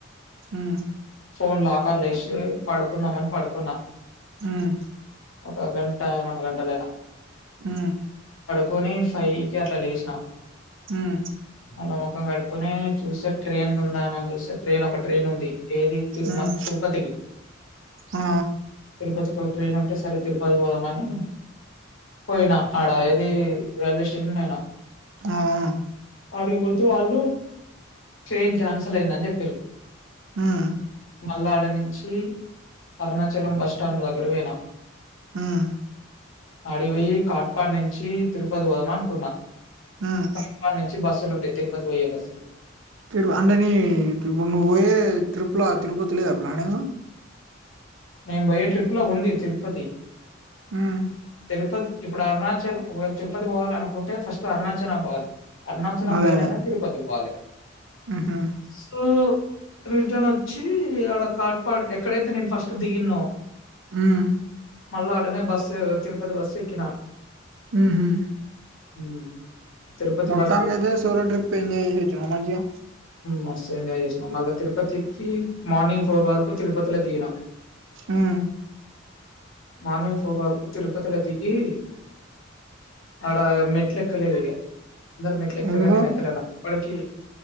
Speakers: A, on the right (about 65°); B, on the left (about 75°).
A: ఉహు.
B: ఫోన్ లాకర్లేసి పడుకుందాంమని పడుకున్నా.
A: ఉమ్.
B: ఒక గంట రెండు గంటలయినా.
A: ఉమ్.
B: కొని ఫైవ్కి అట్లా లేసినా.
A: ఉమ్.
B: మళ్ళా ముఖం కడుకొని చూస్తే ట్రైన్ ఉందామని చూస్తే ట్రైన్ ఒక ట్రైన్ ఉంది. ఏది తిరుమ
A: ఉమ్
B: తిరుపతికి
A: ఆ
B: తిరుపతికి ఒక. ట్రైన్ ఉంటే సరే తిరుపతి పోదామని. పోయినా అడ ఏది రైల్వే స్టేషన్ పోయినా.
A: ఆహ్.
B: ఆడికిపోతే వాళ్ళు ట్రైన్ క్యాన్సల్ అయిందని చెప్పిండ్రు.
A: ఆహ్.
B: మల్లాడ నుంచి అరుణాచలం బస్ స్టాండ్ దగ్గరకి పోయినా.
A: ఉమ్
B: ఆడికిపోయి కాట్పాడ్ నుంచి తిరుపతి పోదామనుకున్నా.
A: ఉమ్
B: కట్పడి నుంచి బస్సులు ఉంటాయి తిరుపతి పోయ్యే బస్సులు.
A: తిరు అంటనీ ఇప్పుడు నువ్వు పోయే ట్రిపులా తిరుపతిలేదా ప్లానింగ్.
B: నేను పోయే ట్రిప్లో ఉంది తిరుపతి.
A: ఉమ్.
B: తిరుపతి ఇప్పుడు అరుణాచల్ ఒకవేళ తిరుపతి పోవాలి అనుకుంటే ఫస్ట్ అరుణాచలం పోవాలి. అరుణాచలం
A: అదే
B: పోయినంకా
A: అదే
B: తిరుపతికి పోవాలి
A: ఉహు
B: సో. రిటర్న్ వచ్చి ఆడ కాట్పాడు ఎక్కడైతే నేను ఫస్ట్ దిగిన్నో.
A: ఉమ్.
B: మళ్లా ఆడనే బస్సు తిరుపతి బస్సు ఎక్కినా.
A: ఉహు.
B: ఉమ్. తిరుపతి
A: మొత్తానికైతే
B: బస్ ఎక్
A: సోలో ట్రిప్ ఎంజాయ్ చేసి వచ్చినవా మంచిగా
B: మస్తు ఎంజాయ్ చేసినాం మళ్ళా తిరు. తిరుపతికి మార్నింగ్ ఫోర్ వరకు తిరుపతిల దిగినాం.
A: ఉమ్.
B: మార్నింగ్ ఫోర్ వరకు తిరుపతిలో దిగి ఆడ మెట్లేక్కలేదిగా అందరు మెట్లు ఎక్కిరుగాని
A: ఎందుకు
B: నేను ఎక్కలేన వాడికి